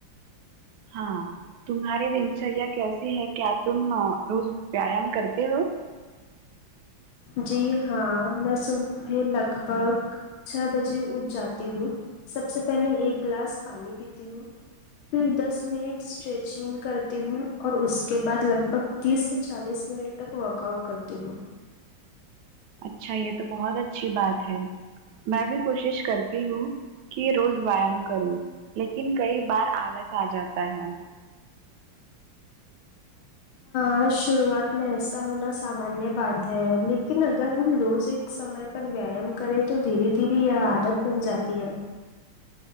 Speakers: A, on the right; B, on the left.
A: ہاں تمہارے دنچریا کیسے ہیں کیا تم روز ویایام کرتے ہو
B: جی ہاں میں صبح لگ بھگ چھ بجے اٹھ جاتی ہوں سب سے پہلے ایک گلاس پانی پیتی ہوں پھر دس منٹ اسٹریچنگ کرتی ہوں اور اس کے بعد لگ بھگ تیس سے چالیس منٹ تک ورک آؤٹ کرتی ہوں
A: اچھا یہ تو بہت اچھی بات ہے میں بھی کوشش کرتی ہوں کہ روز ویام کروں لیکن کئی بار آلس آجاتا ہے
B: ہر شروعات میں ایسا ہونا سامانیہ بات ہے لیکن اگر ہم روز ایک سمے پر ویام کرے تو دھیرے دھیرے یہ عادت بن جاتی ہے